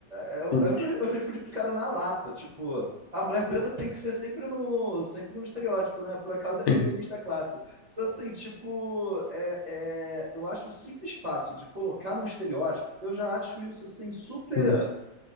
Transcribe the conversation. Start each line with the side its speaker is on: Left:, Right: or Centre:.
Right: Eu,
Left: sim,
Right: eu, já- eu já respondi pro cara na lata, tipo. a mulher preta tem que ser sempre no, sempre no estereótipo, né? Por acaso ela
Left: sim,
Right: é pianista clássica. Então, assim, tipo, é, é, eu acho o simples fato de colocar num estereótipo, eu já acho isso, assim, super,
Left: sim.